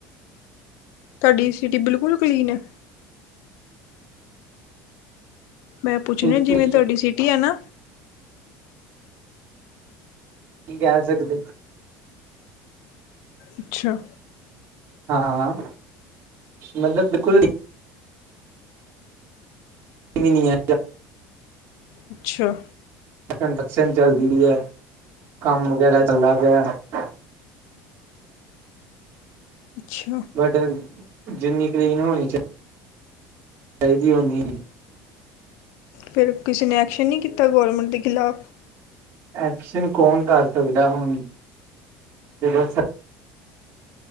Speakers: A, on the left; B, on the right.
A: ਤੁਹਾਡੀ ਸਿਟੀ ਬਿਲਕੁਲ ਕਲੀਨ ਹੈ? ਮੈਂ ਪੁੱਛਣਾ
B: ਕੀ
A: ਜਿਵੇਂ ਤੁਹਾਡੀ ਸਿਟੀ ਆ ਨਾ?
B: ਕੀ ਕੇ ਕਹਿ ਸਕਦੇ ਹੋ
A: ਅੱਛਾ।
B: ਹਾਂ, ਮਤਲਬ ਬਿਲਕੁਲ ਨੀ। ਵੀ ਨੀ ਹੈ
A: ਅੱਛਾ।
B: ਕੰਟਰਕਸ਼ਨ ਚੱਲਦੀ ਪਈ ਐ, ਕੰਮ ਵਗੈਰਾ ਚੱਲਦਾ ਪਇਆ-
A: ਅੱਛਾ।
B: ਬਟ ਜਿੰਨੀ ਕਲੀਨ ਹੋਣੀ ਚਾਹੀ ਚਾਹੀਦੀ, ੳਨੀ ਨੀ ਹੈ
A: ਫਿਰ ਕਿਸੇ ਨੇ ਐਕਸ਼ਨ ਨਹੀਂ ਕੀਤਾ ਗੌਰਮੈਂਟ ਦੇ ਖਿਲਾਫ?
B: ਐਕਸ਼ਨ ਕੌਣ ਕਰ ਸਕਦਾ ਹੁਣ, ਜਦੋਂ